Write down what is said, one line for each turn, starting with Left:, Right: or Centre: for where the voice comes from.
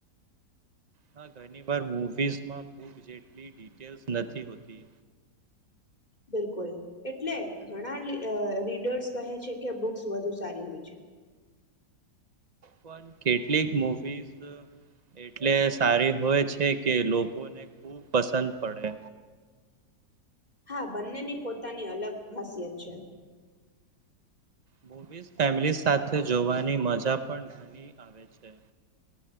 Right: હ ઘણી વાર મૂવીઝમાં બુક જેટલી ડિટેલ્સ નથી હોતી.
Left: બિલકુલ એટલે ઘણા લી અ રીડર્સ કહે છે કે બુક્સ વધુ સારી હોય છે.
Right: પણ કેટલીક મૂવીઝ એટલે સારી હોય છે કે લોકોને ખૂબ પસંદ પડે
Left: હા બંનેની પોતાની અલગ ખાસિયત છે.
Right: મુવીઝ ફેમિલી સાથે જોવાની મજા પણ ઘણી આવે છે.